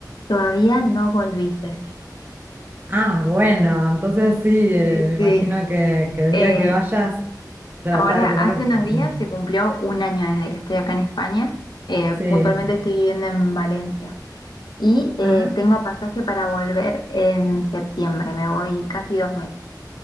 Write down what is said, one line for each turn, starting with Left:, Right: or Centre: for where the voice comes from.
Left: Todavía no volví, Ceci.
Right: Ah, bueno, entonces sí, eh,
Left: Sí,
Right: me imagino
Left: sí.
Right: que, que el
Left: Eh,
Right: día que vayas, trata
Left: ahora,
Right: de
Left: hace
Right: tener... mm,
Left: unos días se cumplió un año desde que estoy acá en España. Eh,
Right: Sí.
Left: puntualmente estoy viviendo en Valencia. Y eh,
Right: Ajá.
Left: tengo pasaje para volver en septiembre. Me voy casi dos meses.